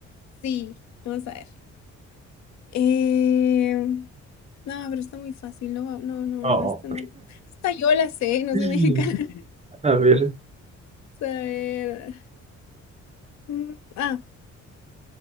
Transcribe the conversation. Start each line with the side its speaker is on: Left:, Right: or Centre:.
Left: Sí, vamos a ver. Eh, no, pero está muy fácil. No, va- no, no,
Right: Oh.
Left: no, esta no. Hasta yo la sé, no
Right: <sniffs>
Left: soy mexicana. <laughs>
Right: A ver,
Left: Vamos a ver. Mm, Ah,